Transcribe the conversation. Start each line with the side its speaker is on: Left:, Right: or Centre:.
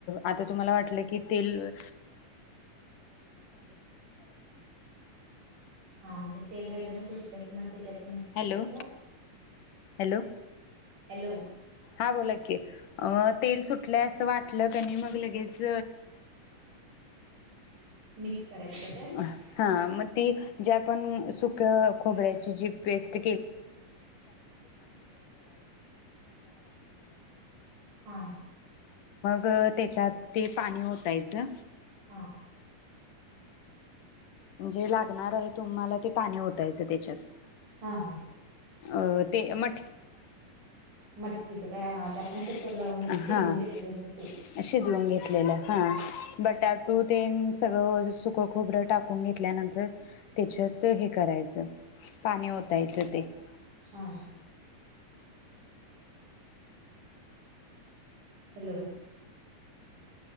Left: आता तुमला वाटलं की तेल
Right: हा म्हणजे तेल वगैर सुटलं कि मग तेच्यात ते मिक्स
Left: हॅलो
Right: करायचं काय
Left: हॅलो
Right: हॅलो
Left: हा बोला की तेल सुटलंय असं वाटलं कनी मग लगेच
Right: <inaudible> मिक्स करायच काय त्यात
Left: हा मग ती जे आपण सुक खोबऱ्याची जी पेस्ट
Right: हा
Left: ग तेच्यात ते पाणी ओतायचं
Right: हा
Left: जे लागणार आहे तुम्हाला ते पाणी ओतायचं तेच्यात
Right: हां हां
Left: अगं
Right: मटकीच काय आपण
Left: हा
Right: कुकर लावून शिजवून घेतलेलं होतं ते
Left: बटाट
Right: हा hello